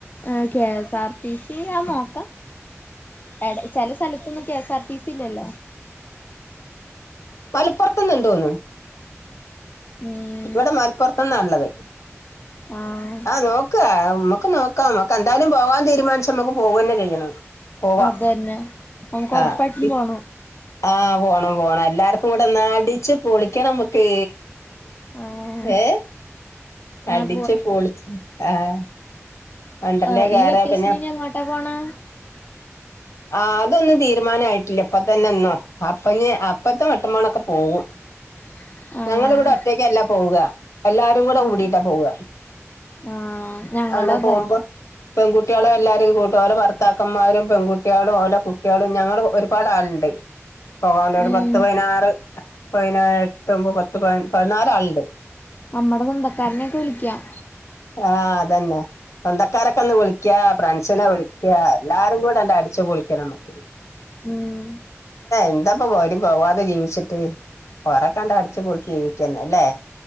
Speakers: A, on the left; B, on the left.
A: എഹ് കെ, എസ്, ആർ, ടിസി, ആ നോക്കാം അടെ ചെല സ്ഥല ത്തൊന്നും കെ സാർ ടി സി ല്ലല്ലോ
B: പലപ്പുറത്ത് ന്ന് ഇണ്ടോന്നു
A: ഉം
B: ഇവിടെ മലപ്പുറത്തന്നാ ഉള്ളത്
A: ആഹ്
B: ആ നോ ക്കാ മ്മുക്ക് നോക്കാം മ്മക്ക് എന്തായാലും പോകാൻ തീരുമാനിച്ച മ്മക്ക് പോവന്നെ ചെയ്യണം. പോവാ
A: അതന്നെ നമക്ക് ഒറപ്പായിട്ടും
B: ആഹ്
A: പോണം.
B: ആഹ് പോണം പോണം. എല്ലാർക്കും കൂടെ ഒന്ന് അടിച്ച് പൊളിക്കണ മ്മക്ക്
A: ആഹ്
B: ഏഹ്
A: ആഹ്
B: അടിച്ച് പളിച്ച് ആഹ് വണ്ടർലേ
A: ഇഹ്
B: കേറാ
A: ഈ വെക്കെഷന്‌
B: പിന്നെ
A: ഇനി എങ്ങോട്ടാ പോണ്
B: ആ അതൊന്നും തീരുമാനയിട്ടില്ല ഇപ്പ തന്നെ ഒന്നും അപ്പ അപ്പത്തെ മട്ടമ്പോണൊക്കെ പോകും.
A: <inaudible> ആഹ്
B: ഞങ്ങളിവിടെ ഒറ്റക്കല്ല പോവ്വാ എല്ലാ രും കൂടെ
A: ആഹ്
B: കൂടിട്ടാ പോവ
A: ആഹ് ഞങ്ങളും
B: <unintelligible>
A: അതെ
B: പെൺകുട്ടികളും എല്ലാരും കൂട്ടും ഓലെ ഭർത്താക്കന്മാരും പെൺകുട്ടിളും ഓലെ കു കുട്ടിയാളും ഞങ്ങൾ ഒരുപാട് ആള്ണ്ട്. പോകാൻണ്ടൊ ഒരു
A: ഉം
B: പത്ത് പതിനാറ് പയിനാ എട്ട്മ്പ് പത്ത് പ പതിനാല് ആളുണ്ട്.
A: അമ്മടെ സ്വന്തക്കാരനെക്കെ വിളിക്കാം.
B: ആഹ് അതന്നെ സ്വന്തക്കാരൊക്കെ ഒന്ന് വിളിക്കാ ഫ്രണ്ട്സിനെ വിളിക്കാ എല്ലാരും കൂടെ ങ്ങട്ട് അടിച്ചു പൊളിക്കണം നമക്ക്
A: ഉം
B: എന്താപ്പ എവടെം പോവാതെ ജീവിച്ചിട്ട്. കൊറെ കണ്ട് അടിച്ചു പൊളിച്ച് ജീവിക്കന്ന അല്ലേ?